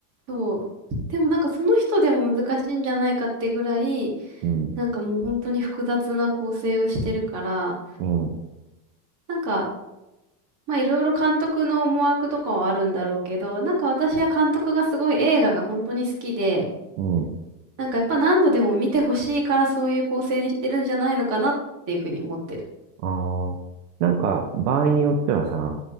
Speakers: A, on the right; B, on the right.
A: そう。でもなんかその人でも難しいんじゃないかってぐらい、
B: うん。
A: なんかもう本当に複雑な構成をしてるから、
B: うん。
A: なんか、まあいろいろ監督の思惑とかはあるんだろうけど、なんか私は監督がすごい映画が本当に好きで、
B: うん
A: なんかやっぱ何度でも見てほしいからそういう構成にしてるんじゃないのかなっていうふうに思ってる。
B: ああ、なんか、場合によってはさ、